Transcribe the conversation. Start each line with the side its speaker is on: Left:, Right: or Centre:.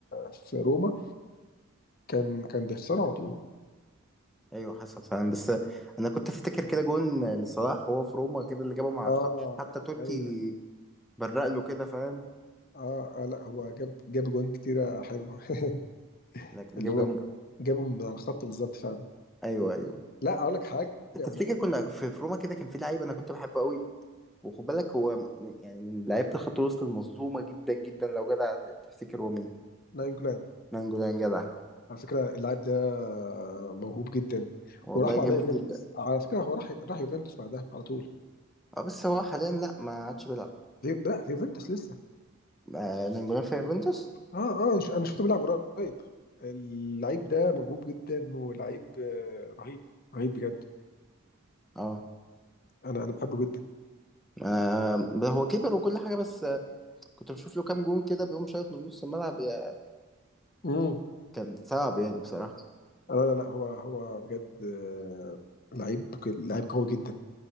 Left: في روما كان كان بيخسره على طول
Centre: ايوه حصل فعلا بس انا كنت افتكر كده جون لصلاح وهو في روما كده اللي جابه مع
Left: اه
Centre: الخط حتى توتي
Left: ايوه
Centre: برق له كده فاهم
Left: اه, آه لا هو جاب جاب جوان كتيره حلوه <laughs>
Centre: لكن
Left: اللي
Centre: جاب
Left: هو
Centre: جنب
Left: جابه من على الخط بالظبط فعلا
Centre: ايوه ايوه
Left: لا اقول لك حاجه انا
Centre: تفتكر كنا في في روما كده كان في لعيب انا كنت بحبه قوي وخد بالك هو م- يعني من لعيبه الخط الوسط المظلومه جدا جدا لو جدع ت- تفتكر هو مين
Left: ناين جولان
Centre: مانجولان جدع
Left: على فكره اللاعب ده موهوب جدا
Centre: والله
Left: وراح بعدها
Centre: جامد
Left: يوفنتوس
Centre: جدا
Left: على فكره هو راح راح يوفنتوس بعدها على طول
Centre: اه بس هو حاليا لا ما عادش بيلعب
Left: في- لا في يوفنتوس لسه
Centre: آه نانجولان في يوفنتوس
Left: اه اه ش- انا شفته بيلعب قريب اللعيب ده موهوب جدا ولعيب آه، رهيب رهيب بجد
Centre: اه
Left: انا انا بحبه جدا
Centre: آه، هو كبر وكل حاجة بس آه، كنت بشوف له كام جون كده بيقوم شايط من نص الملعب يا-
Left: امم
Centre: كان صعب يعني بصراحة
Left: لا لا لا هو هو بجد آه، لعيب ك- لعيب قوي جدا